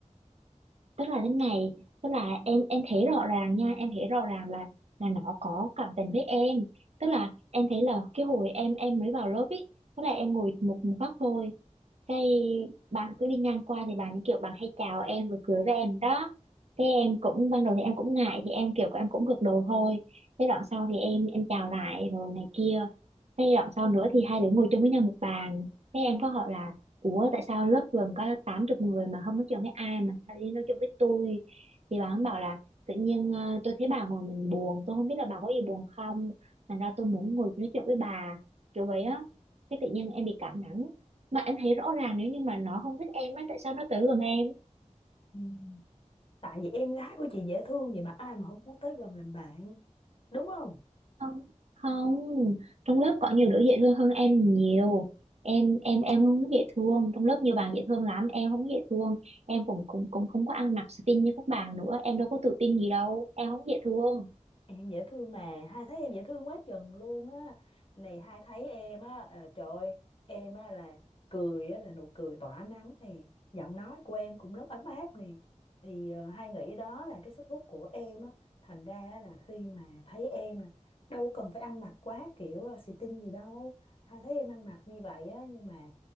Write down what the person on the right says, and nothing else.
tức là thế này tức là em em thấy rõ ràng nha em thấy rõ ràng là là nó có cảm tình với em tức là em thấy là cái hồi em em mới vào lớp ý tức là em ngồi một một góc thôi cái bạn cứ đi ngang qua thì bạn kiểu bạn hay chào em rồi cười với em đó cái em cũng ban đầu thì em cũng ngại thì em kiểu em cũng gật đầu thôi cái đoạn sau thì em em chào lại rồi này kia cái đoạn sau nữa thì hai đứa ngồi chung với nhau một bàn cái em có hỏi là ủa tại sao lớp gần có tám chục người mà không nói chuyện với ai mà sao đi nói chuyện với tôi thì bà bạn bảo là tự nhiên ờ, tôi thấy bà ngồi mình buồn tôi không biết là bà có gì buồn không thành ra tôi muốn ngồi nói chuyện với bà kiểu vậy á cái tự nhiên em bị cảm nắng mà em thấy rõ ràng nếu như mà nó không thích em á tại sao nó tới gần em
không không trong lớp có nhiều đứa dễ thương hơn em nhiều em em em không dễ thương trong lớp nhiều bạn dễ thương lắm em không dễ thương em cũng cũng cũng không có ăn mặc xinh như các bạn nữa em đâu có tự tin gì đâu em không dễ thương